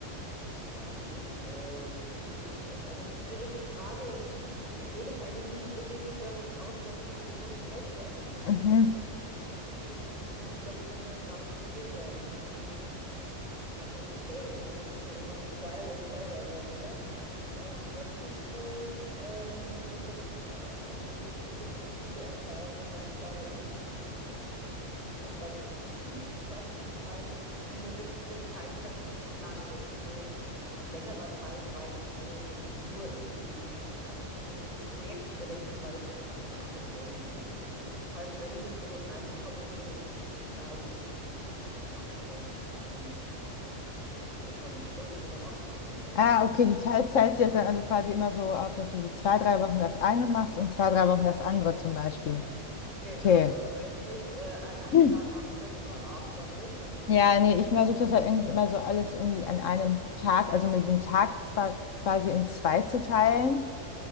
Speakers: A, on the right; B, on the left.
A: Ja, die ist, äh, die ist, ist eine schwierige Frage und <laughs> die geht jetzt eigentlich schon hypothetisch davon aus, dass ich sie gefunden hätte. <laughs>
B: Mhm.
A: Ähm, und da bin ich mir jetzt gar nicht so sicher. Mm, Also es ist äh, eher so ein bisschen immer so Trial and Error bei mir. Ähm, was ich gut ähm, bis jetzt, äh, also womit ich bis jetzt gute Erfahrungen gemacht habe, ist also bei so fiktiven Sachen zu schreiben, mir wirklich so ein Zeitfenster zu planen, okay, so, das ist jetzt ein längerer Zeitraum, wo ich jetzt nur in diesem, in diesem Projekt drinnen bin, weil es so eine ganz eine andere Welt ist. Das heißt, wenn ich jetzt sowas reinbekommen würde, was gut bezahlt ist, dann mache ich das und, und dann ist Schluss und dann mache ich das andere.
B: Ah, okay, du teilst, teilst dir das dann also quasi immer so auf, dass du so zwei, drei Wochen das eine machst und zwei, drei Wochen das andere zum Beispiel.
A: Genau.
B: Okay.
A: Also
B: <clears throat>
A: jetzt nicht äh, an einem
B: Hm.
A: Tag mache ich das und am Abend dann das, sondern
B: Ja, nee, ich versuche das halt irgendwie immer so alles irgendwie an einem Tag, also mir den Tag zwar quasi in zwei zu teilen,